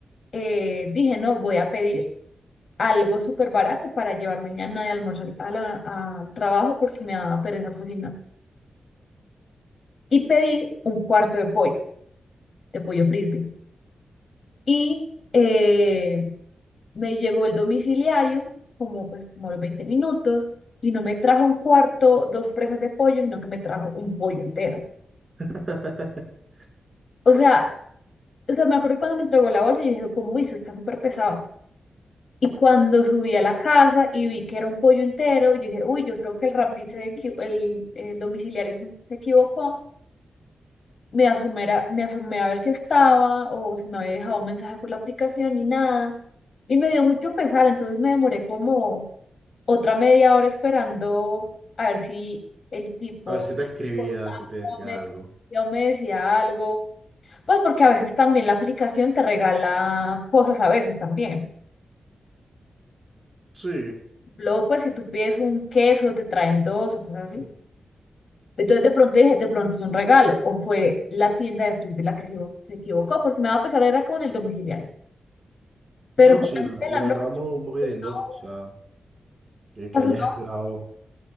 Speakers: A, on the left; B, on the right.
A: eh, dije, no, voy a pedir algo súper barato para llevar mañana de almorzar a la- al trabajo porque me daba pereza cocinar. Y pedí un cuarto de pollo, de pollo frisbee. Y eh, me llegó el domiciliario como, pues, como a los veinte minutos y no me trajo un cuarto, dos presas de pollo, sino que me trajo un pollo entero.
B: <laughs>
A: O sea, o sea, me acuerdo cuando me entregó la bolsa y yo dije, cómo hizo está súper pesado. Y cuando subí a la casa y vi que era un pollo entero, yo dije, uy, yo creo que el Rappi, se equi- el, el domiciliario se se equivocó. Me asomé, a- me asomé a ver si estaba o si me había dejado un mensaje por la aplicación y nada. Y me dio mucho pesar, entonces me demoré como otra media hora esperando a ver si el tipo
B: A ver si te escribía,
A: cortaba,
B: si te decía
A: me,
B: algo.
A: o me decía algo. Pues porque a veces también la aplicación te regala cosas, a veces también.
B: Sí,
A: Luego, pues, si tú pides un queso, te traen dos o cosas así. Entonces, de pronto dije, de pronto es un regalo. O fue la tienda de Felipe la que se, se equivocó, porque me va a pesar, era con el domiciliario. Pero
B: no,
A: fue
B: sí,
A: antes
B: la,
A: de
B: la
A: la
B: verdad
A: noche,
B: muy, muy
A: una
B: lindo.
A: hora,
B: O sea, que, que
A: pasó
B: hayas
A: una
B: esperado.
A: hora,